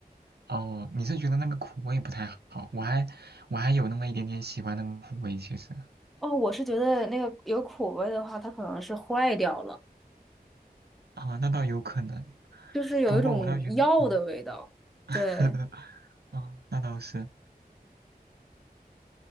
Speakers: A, on the right (about 90°); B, in the centre.
A: 哦，你是觉得那个苦味不太好？我还我还有那么一点点喜欢那个苦味，其实
B: 哦，我是觉得那个有苦味的话，它可能是坏掉了，
A: 啊，那倒有可能。
B: 就是有一种药的味道。
A: 不过我倒觉得啊，<laughs>
B: 对
A: 啊，那倒是，